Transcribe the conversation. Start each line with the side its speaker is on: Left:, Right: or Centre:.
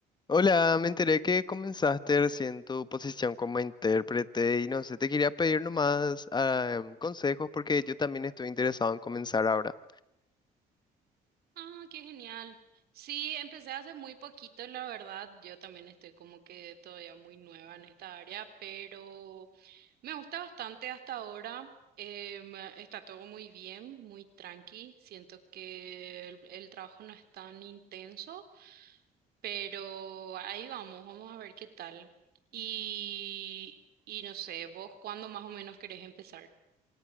Left: Hola, me enteré que comenzaste recién tu posición como intérprete y no sé, te quería pedir nomás ah, em, consejos porque yo también estoy interesado en comenzar ahora.
Right: Ah, qué genial. Sí, empecé hace muy poquito, la verdad. Yo también estoy como que todavía muy nueva en esta área, pero me gusta bastante hasta ahora. Em, está todo muy bien, muy tranqui. Siento que el, el trabajo no es tan intenso, pero ahí vamos, vamos a ver qué tal. Y, y no sé, ¿vos cuándo más o menos querés empezar?